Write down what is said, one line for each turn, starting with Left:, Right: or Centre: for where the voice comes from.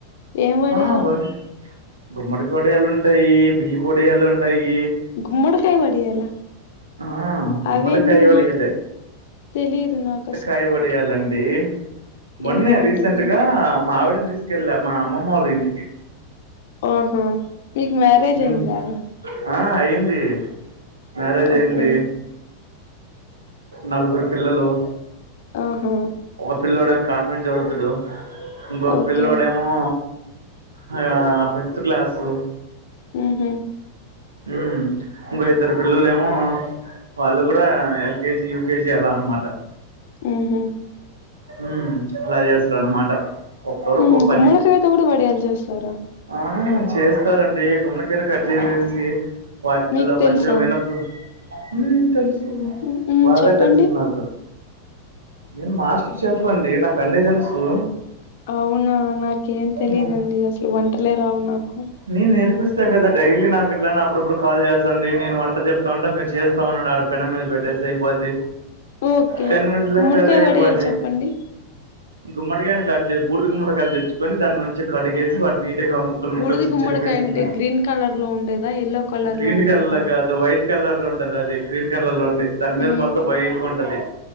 Left: ఏం వడియాలు?
Right: ఆ ఓ గుమ్మడి ఒడియాలుంటాయి బియ్యపోడియాలుం టాయి
Left: గుమ్మడికాయ వడియాలా?
Right: ఆ గుమ్మడికై
Left: అవేంటివి
Right: ఒడియాలే
Left: నాకు తెలీదు నాకస్
Right: కై ఒడియాలండి మొన్నే
Left: ఏమో అండిద్ది.
Right: రీసెంట్ గా మా ఆవిడన్ తీస్ కెల్ల మా అమ్మోమొల్ల ఇంటికి
Left: ఓహా మీకు మ్యారేజ్
Right: ఉమ్
Left: అయిందా
Right: ఆ అయింది మ్యారేజ్
Left: ఓకే.
Right: అయింది నలుగురు పిల్లలు
Left: ఆహా
Right: ఒక పిల్లోడెం కాన్వెంట్ చదువుతుడు ఇంకో
Left: ఓకే.
Right: పిల్లోడెమో వో ఆ ఫిఫ్త్ క్లాసు
Left: ఊహు
Right: ఉ ఇంకో ఇద్దరు పిల్లలేమో వాళ్ళు కూడా ఎల్కేజీ యూకేజీ అలా అనమాట
Left: ఊహు
Right: హూ అలా చేస్తారన్మాట ఒక్కోరు
Left: హ్మ్.
Right: ఒక్కో పని
Left: గుమ్మడికాయతో గూడా వడియాలు చేస్తారా?
Right: ఆ చేస్తారండి గుమ్మనకాయని కట్ చేసేసి వాటిలో
Left: మీకు తెలుసా?
Right: మంచిగా మిన ప్ హూ తెలుసు
Left: హ్మ్. హ్మ్.
Right: బాగా
Left: చెప్పండి.
Right: తెలుసు నాకు నేన్ మాస్టర్ చెఫ్ అండి నాకన్నీ తెలుసు
Left: అవునా నాకేం తెలిదాండి
Right: ఉమ్
Left: అసలు ఒంటలే రావు నాకు
Right: నేను నేర్పిస్తా కదా డైలీ నాకు ఇట్లానే అప్పుడప్పుడు కాల్ చేస్తుంది నేను వంట చెప్తా ఉంటా మీరు చేస్తా ఉండండాల పేనం మీద పెట్టేశాయి అయిపొద్ది
Left: ఓకే.
Right: టెన్ మినిట్స్
Left: గుమ్మడికాయ
Right: లో కర్రీ అయిపోది
Left: వడియాలు చెప్పండి.
Right: గుమ్మడికాయని కట్ చేసి బూర్దు గుమ్మడికాయలు తెచ్చుకొని దాన్ని మంచిగా కటింగ్ చేసి వాటి నీటిగా ముక్కలు ముక్కలు
Left: బూడిది
Right: చిన్న
Left: గుమ్మడికాయ
Right: చిన్న పీసెస్
Left: అంటే
Right: లా
Left: గ్రీన్ కలర్ లో ఉండేదా ఎల్లో కలర్
Right: గ్రీన్
Left: లో ఉండేదా
Right: కలర్లా కాదు వైట్ కలర్ లో ఉంటది అది గ్రీన్ కలర్ లో ఉంది దాన్ని మీద
Left: ఉమ్
Right: మొత్తం వైటు గుం టాది